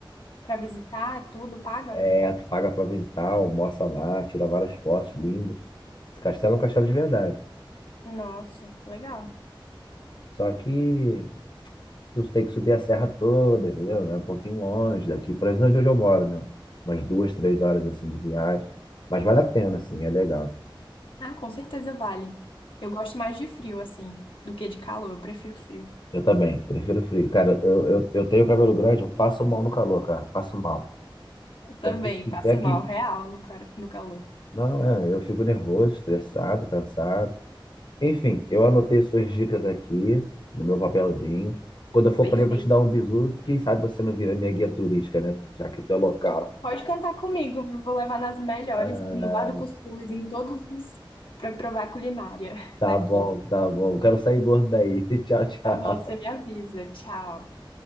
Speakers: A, on the left; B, on the left.
A: Pra visitar, tudo paga?
B: É, tu paga pra visitar, almoça lá, tira várias fotos lindas. Esse castelo é um castelo de verdade.
A: Nossa, legal.
B: Só que tu tem que subir a serra toda, entendeu? É um pouquinho longe daqui, por exemplo, de onde eu moro, né? Umas duas, três horas assim de viagem. Mas vale a pena, assim, é legal.
A: Ah, com certeza vale. Eu gosto mais de frio, assim, do que de calor. Eu prefiro frio.
B: Eu também, prefiro frio. Cara, eu, eu, eu tenho cabelo grande, eu passo mal no calor, cara. Passo mal.
A: Eu
B: Então,
A: também
B: se tiver
A: passo
B: que.
A: mal real no, cara- no calor.
B: Não, é, eu fico nervoso, estressado, cansado. Enfim, eu anotei suas dicas aqui no meu papelzinho. Quando eu for
A: Perfeito.
B: para aí, eu vou te dar um bisu. Quem sabe você não vira minha guia turística, né? Já que tu é local.
A: Pode cantar comigo, viu? Vou levar nas melhores,
B: Ah,
A: no Bar do Cuscuz, em todos os, para provar a culinária <laughs>
B: tá
A: daqui.
B: bom, tá bom. Quero sair gordo daí. <laughs> Tchau, tchau.
A: Tá bom, você me avisa. Tchau.